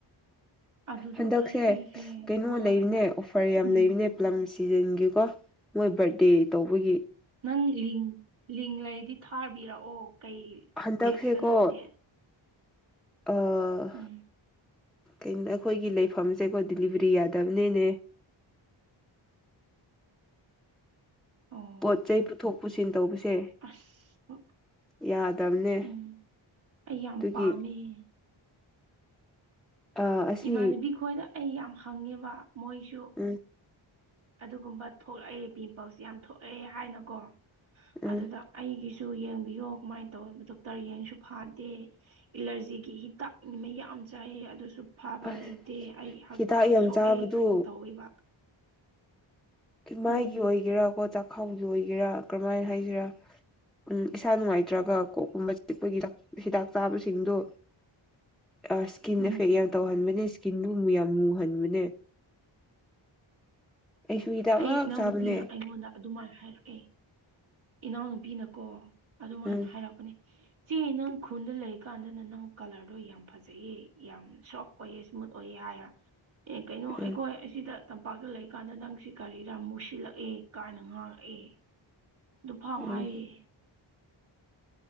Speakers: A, on the right; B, in the centre.
A: ꯑꯗꯨꯗꯣ
B: ꯍꯟꯗꯛꯁꯦ
A: ꯑꯩ ꯑꯩꯁꯦ
B: ꯀꯩꯅꯣ
A: ꯋꯥꯔꯒ
B: ꯂꯩꯕꯅꯦ ꯑꯣꯐꯔ ꯌꯥꯝ
A: ꯎꯝ
B: ꯂꯩꯕꯅꯦ ꯄꯂꯝ ꯁꯤꯖꯟꯒꯤꯀꯣ ꯃꯣꯏ ꯕꯥꯔꯗꯦ ꯇꯧꯕꯒꯤ
A: ꯅꯪ ꯂꯤꯡ ꯂꯤꯡ ꯂꯩꯔꯗꯤ ꯊꯥꯕꯤꯔꯛꯑꯣ ꯀꯩ
B: ꯍꯟꯇꯛꯁꯦꯀꯣ
A: ꯑꯦꯞꯁꯇꯅꯣ ꯑꯗꯨꯗꯤ
B: ꯑꯥ
A: ꯎꯝ
B: ꯀꯩꯅꯣ ꯑꯩꯈꯣꯏꯒꯤ ꯂꯩꯐꯝꯁꯦꯀꯣ ꯗꯤꯂꯤꯕꯔꯤ ꯌꯥꯗꯕꯅꯤꯅꯦ
A: ꯑꯣ
B: ꯄꯣꯠ ꯆꯩ ꯄꯨꯊꯣꯛ ꯄꯨꯁꯤꯟ ꯇꯧꯕꯁꯦ
A: ꯑꯁ
B: ꯌꯥꯗꯕꯅꯦ
A: ꯎꯝ ꯑꯩ ꯌꯥꯝ
B: ꯑꯗꯨꯒꯤ
A: ꯄꯥꯝꯃꯦ
B: ꯑꯥ ꯑꯁꯤ
A: ꯏꯃꯥꯟꯅꯕꯤ ꯈꯣꯏꯗ ꯑꯩ ꯌꯥꯝ ꯍꯪꯉꯦꯕ ꯃꯣꯏꯁꯨ
B: ꯎꯝ
A: ꯑꯗꯨꯒꯨꯝꯕ ꯊꯣꯛꯂꯛꯑꯦ ꯄꯤꯝꯄꯜꯁ ꯌꯥꯝ ꯊꯣꯛꯂꯛꯑꯦ ꯍꯥꯏꯅꯀꯣ
B: ꯎꯝ
A: ꯑꯗꯨꯗ ꯑꯩꯒꯤꯁꯨ ꯌꯦꯡꯕꯤꯌꯣ ꯀꯃꯥꯏꯅ ꯇꯧꯋꯤ ꯗꯣꯛꯇꯔ ꯌꯦꯡꯁꯨ ꯐꯥꯗꯦ ꯑꯦꯂꯔꯖꯤꯒꯤ ꯍꯤꯗꯥꯛꯅꯤ ꯃꯩꯌꯥꯝ ꯆꯥꯏꯌꯦ ꯑꯗꯨꯁꯨ ꯐꯥꯕ
B: ꯑꯁ
A: ꯂꯩꯇꯦ ꯑꯩ ꯍꯛꯆꯥꯡ
B: ꯍꯤꯗꯥꯛ ꯌꯥꯝ
A: ꯁꯣꯛꯑꯦ
B: ꯆꯥꯕꯗꯨ
A: ꯀꯥꯏꯅ ꯇꯧꯋꯦꯕ
B: ꯃꯥꯏꯒꯤ
A: ꯎꯝ
B: ꯑꯣꯏꯒꯦꯔꯥ ꯀꯣ ꯆꯥꯛꯈꯥꯎꯒꯤ ꯑꯣꯏꯒꯦꯔꯥ ꯀꯔꯝꯃꯥꯏꯅ ꯍꯥꯏꯁꯤꯔꯥ ꯎ ꯏꯁꯥ ꯅꯨꯡꯉꯥꯏꯇ꯭ꯔꯒ ꯀꯣꯛꯀꯨꯝꯕ ꯆꯤꯛꯄꯒꯤ ꯍꯤꯗꯥꯛ ꯆꯥꯕꯁꯤꯡꯗꯣ ꯑꯥ ꯏꯁꯀꯤꯟ
A: ꯎꯝ
B: ꯑꯦꯐꯦꯛ ꯌꯥꯝ ꯇꯧꯍꯟꯕꯅꯦ ꯏꯁꯀꯤꯟꯗꯨ ꯌꯥꯝ ꯃꯨꯍꯟꯕꯅꯦ ꯑꯩꯁꯨ ꯍꯤꯗꯥꯛ
A: ꯑꯩ
B: ꯉꯥꯛ
A: ꯏꯅꯥꯎꯅꯨꯄꯤꯅ
B: ꯆꯥꯕꯅꯦ
A: ꯑꯩꯉꯣꯟꯗ ꯑꯗꯨꯃꯥꯏꯅ ꯍꯥꯏꯔꯛꯑꯦ ꯏꯅꯥꯎꯅꯨꯄꯤꯅꯀꯣ ꯑꯗꯨꯃꯥꯏꯅ
B: ꯎꯝ
A: ꯍꯥꯏꯔꯛꯄꯅꯦ ꯆꯦ ꯅꯪ ꯈꯨꯟꯗ ꯂꯩꯀꯥꯟꯗꯅ ꯅꯪ ꯀꯂꯔꯗꯣ ꯌꯥꯝ ꯐꯖꯩꯑꯦ ꯌꯥꯝ ꯁꯣꯐ ꯑꯣꯏꯌꯦ ꯏꯁꯃꯨꯠ ꯑꯣꯏꯌꯦ ꯍꯥꯏꯌꯦ ꯑꯦ ꯀꯩꯅꯣ
B: ꯎꯝ
A: ꯑꯩꯈꯣꯏ ꯑꯁꯤꯗ ꯇꯝꯄꯥꯛꯇ ꯂꯩꯀꯥꯟꯗ ꯅꯪꯁꯤ ꯀꯔꯤꯔ ꯃꯨꯁꯤꯜꯂꯛꯑꯦ ꯀꯥꯏꯅ ꯉꯥꯡꯉꯛꯑꯦ ꯑꯗꯨꯐꯥꯎ
B: ꯎꯝ
A: ꯍꯥꯏꯌꯦ